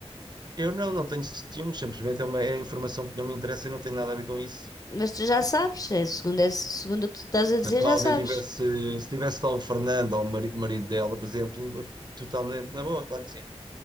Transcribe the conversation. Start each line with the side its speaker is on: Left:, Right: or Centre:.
Right: Eu não, não tenho ciúmes, simplesmente é uma é informação que não me interessa e não tem nada a ver com isso.
Left: Mas tu já sabes, é, segundo, é- segundo o que tu estás a
Right: Se
Left: dizer,
Right: a Cláudia
Left: já sabes.
Right: tivesse, se tivesse lá o Fernando ou o mari- marido dela, por exemplo, totalmente na boa, claro que sim.